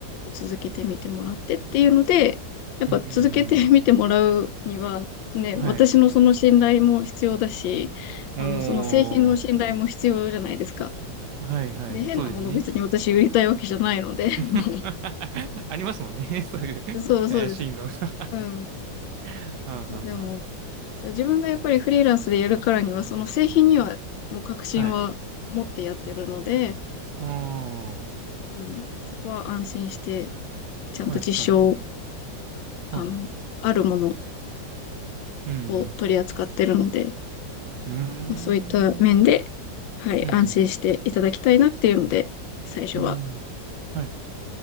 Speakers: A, on the left; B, on the right.
A: 続けてみてもらってっていうので、やっぱ続けてみてもらうには、
B: うん。
A: ね、
B: はい。
A: 私のその信頼も必要だし、
B: お
A: あの、その製品の信頼も必要じゃないですか。
B: ー。はい、はい。
A: で、変なもの別に私売りたいわけじゃないので。
B: そうですね。<laughs>
A: <laughs>
B: ありますもんね。<laughs> そういう怪しいのが。
A: そうそうです。
B: <laughs>
A: うん。
B: はあ、はあ、
A: いや、でも、
B: は
A: そう自分がやっぱりフリーランスでやるからには、その製品にはもう確信は持ってやってるので、
B: あ。はい。ああ。
A: うん、そこは安心して、ちゃんと実証、
B: はい、はい。
A: あの、
B: はい。
A: あるもの
B: うん、うん。
A: を取り扱ってるので、
B: うーん。
A: まあ、そういった面で、はい、
B: うん、
A: 安心していただきたいなっていうので、最初は
B: うん。うん。はい